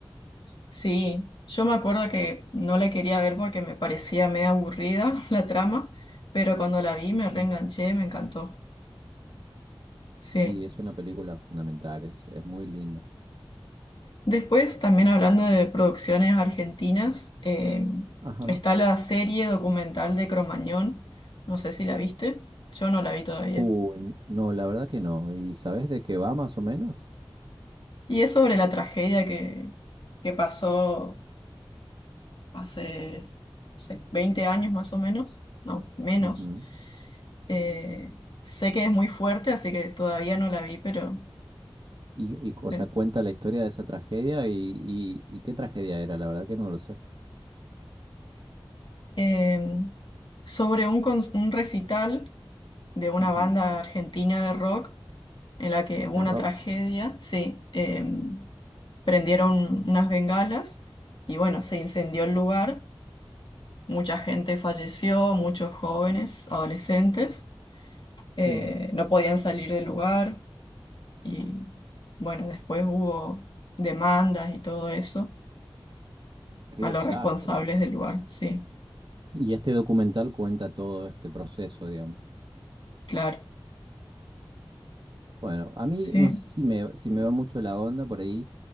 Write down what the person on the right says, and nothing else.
Mm.
Sí, es una película fundamental, es, es muy linda.
Ajá.
Uy, no, la verdad que no. ¿Y sabes de qué va más o menos?
Ujú.
Y, y, o
sea, cuenta la historia de esa tragedia y, y, y qué tragedia era, la verdad que no lo sé.
Ujú.
Es
rock.
Sí,
qué
desastre.
Y este documental cuenta todo este proceso, digamos.
Bueno, a mí
no sé si me, si me va mucho la onda por ahí,